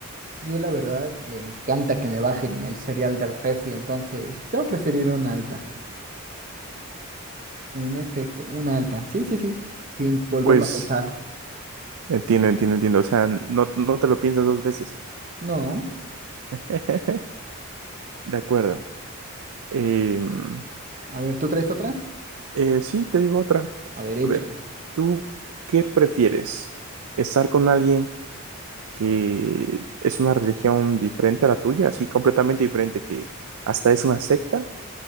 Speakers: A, on the right (about 35°); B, on the right (about 75°).
A: Yo la verdad me encanta que me bajen el cereal del refri, entonces yo preferiría una alta. En efecto, una alta. Sí, sí, sí, sin volverlo
B: Pues
A: a pensar.
B: entiendo, entiendo, entiendo. O sea, no, no te lo piensas dos veces.
A: No,
B: <laughs> De acuerdo. Em,
A: a ver, ¿tú traes otra?
B: eh, sí, te digo otra.
A: A ver, échale.
B: A ver, ¿tú qué prefieres? ¿Estar con alguien? que es una religión diferente a la tuya, así completamente diferente, que hasta es una secta,